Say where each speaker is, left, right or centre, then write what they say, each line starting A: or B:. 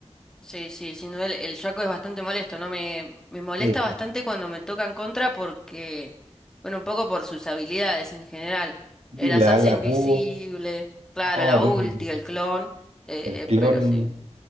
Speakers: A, in the centre; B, on the right.
A: Sí, sí, sin duda el, el Shaco es bastante molesto, ¿no? Me, me molesta
B: Sí,
A: bastante cuando me tocan contra porque, bueno, un poco por sus habilidades en general. El
B: Y
A: hacerse
B: la, la
A: invisible,
B: Q,
A: claro,
B: oh, horrible.
A: la ulti, el clon, eh,
B: El clon.
A: eh, pero sí.